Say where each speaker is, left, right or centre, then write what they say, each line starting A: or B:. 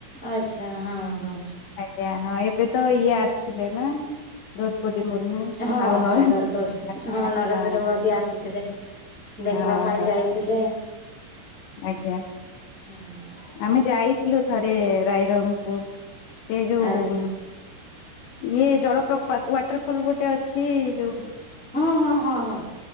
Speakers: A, in the centre; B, on the left.
A: ଆଛା ହଁ ହଁ।
B: ଆଜ୍ଞା ହଁ ଏବେ ତ ଇଏ ଆସିଥିଲେ ନା? ଦ୍ରୌପଦୀ ମୁର୍ମୁ
A: ହଁ
B: ଆଉ
A: ହଁ
B: ନରେନ୍ଦ୍ର
A: ଦୌପଦ
B: ଆଜ୍ଞା
A: ହଁ ନରେନ୍ଦ୍ର
B: ହଁ
A: ମୋଦି ଆସିଥିଲେ। ଦେଖିବା
B: ହଁ
A: ପାଇଁ
B: ହଁ
A: ଯାଇଥିଲେ।
B: ଆଜ୍ଞା।
A: ହୁଁ।
B: ଆମେ ଯାଇଥିଲୁ ଥରେ ରାଇରଙ୍ଗପୁର ସେ ଯୋଉ
A: ଆଚ୍ଛା
B: ଇଏ ଜଳପ୍ରପାତ ୱାଟରଫଲ ଗୋଟେ ଅଛି ଯୋଉ
A: ହଁ ହଁ ହଁ ହଁଁ